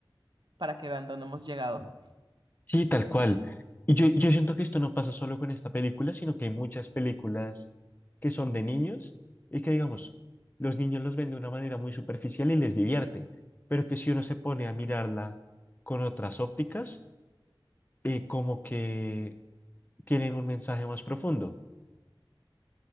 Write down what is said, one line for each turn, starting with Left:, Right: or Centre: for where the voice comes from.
Right: para que vean dónde hemos llegado.
Left: Sí, tal cual. Y yo, yo siento que esto no pasa solo con esta película, sino que hay muchas películas que son de niños y que, digamos, los niños los ven de una manera muy superficial y les divierte, pero que si uno se pone a mirarla con otras ópticas, eh, como que tienen un mensaje más profundo.